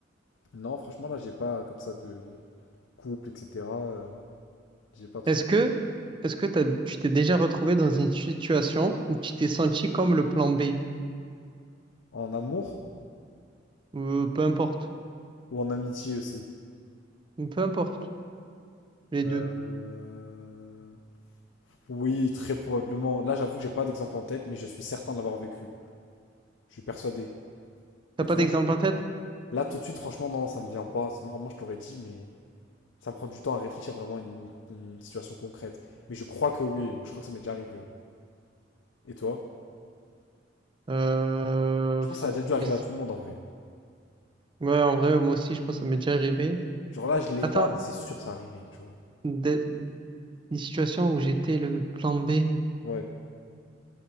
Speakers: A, on the left (about 85°); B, on the right (about 25°).
A: Non, franchement, là, j'ai pas comme ça de couple, etc. euh, j'ai pas trop.
B: Est-ce que, est-ce que t'as- tu t'es déjà retrouvé dans une situation où tu t'es senti comme le plan B?
A: En amour
B: Euh, peu importe.
A: ou en amitié aussi?
B: Peu importe, les
A: Euh,
B: deux.
A: Oui, très probablement. Là, j'avoue que j'ai pas d'exemple en tête, mais je suis certain de l'avoir vécu. Je suis persuadé.
B: T'as
A: Et
B: pas
A: toi?
B: d'exemple en tête?
A: Là, tout de suite, franchement, non, ça me vient pas. Sinon, Vraiment, je te l'aurais dit, mais ça me prend du temps à réfléchir vraiment à une, une situation concrète. Mais je crois que oui, ouais, je crois que ça m'est déjà arrivé. ouais. Et toi?
B: Euh,
A: Je pense que ça a déjà dû arriver
B: mais c-
A: à tout le monde en vrai.
B: Ouais, en vrai, moi aussi, je pense que ça m'est déjà arrivé.
A: Genre là, je l'ai
B: Attends,
A: pas, mais c'est sûr que ça arrivé, tu vois.
B: des, des situations où j'étais le plan B,
A: Ouais.